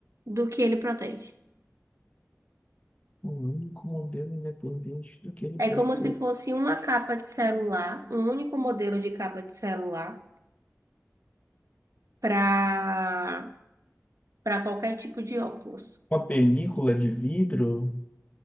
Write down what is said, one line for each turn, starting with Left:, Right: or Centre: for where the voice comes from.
Right: do que ele protege.
Left: O único modelo independente do que ele
Right: É
Left: protege.
Right: como se fosse uma capa de celular, um único modelo de capa de celular para para qualquer tipo de óculos.
Left: Uma película de vidro?